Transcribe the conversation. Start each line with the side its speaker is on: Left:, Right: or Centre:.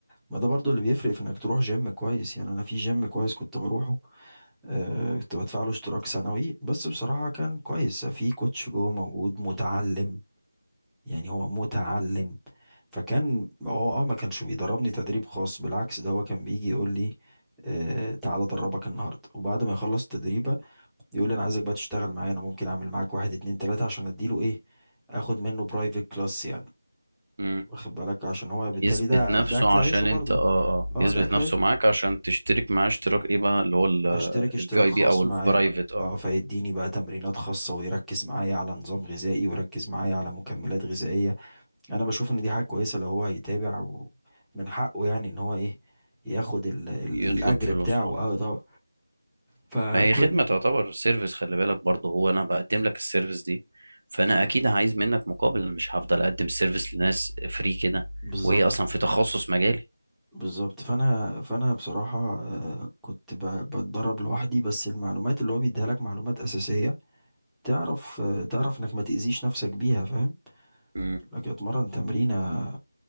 Centre: ما ده برضو اللي بيفرق في انك تروح جيم كويس يعني انا في جيم كويس كنت بروحه آه كنت بدفع له اشتراك سنوي بس بصراحة كان كويس في كوتش جوه موجود متعلم يعني هو متعلم فكان هو اه ما كانش بيدربني تدريب خاص بالعكس ده هو كان بيجي يقول لي آه تعالى ادربك النهارده وبعد ما يخلص التدريب يقول لي انا عايزك بقى تشتغل معايا انا ممكن اعمل معاك واحد اتنين تلاتة عشان اديله ايه اخد منه برايفت كلاس يعني
Right: مم.
Centre: واخد بالك عشان هو بالتالي
Right: يثبت
Centre: ده
Right: نفسه
Centre: ده اكل عيشه
Right: عشان
Centre: برضه
Right: انت اه اه
Centre: اه
Right: بيثبت
Centre: ده اكل
Right: نفسه
Centre: عيشه
Right: معاك عشان تشترك معاه اشتراك ايه بقى اللي هو
Centre: اشترك اشتراك
Right: الفي اي
Centre: خاص
Right: بي او البرايفت
Centre: معايا
Right: اه
Centre: اه فيديني بقى تمرينات خاصة ويركز معايا على نظام غذائي ويركز معايا على مكملات غذائية انا بشوف ان دي حاجة كويسة لو هو هيتابع ومن حقه يعني ان هو ايه ياخد ال- ال-
Right: يطلب
Centre: الاجر
Right: فلوس
Centre: بتاعه
Right: اه
Centre: اه طبعا فكنت
Right: ما هي خدمة تعتبر سيرفيس خلي بالك برضه هو انا بقدم لك السيرفيس دي فانا اكيد عايز منك مقابل انا مش هفضل اقدم السيرفيس لناس فري كده
Centre: بالظبط
Right: وهي اصلا في تخصص مجالي
Centre: بالظبط فانا فانا بصراحه آه، كنت ب- بتدرب لوحدي بس المعلومات اللي هو بيديها لك معلومات اساسيه تعرف آه، تعرف انك ما تاذيش نفسك بيها فاهم
Right: مم.
Centre: لكن اتمرن تمرينه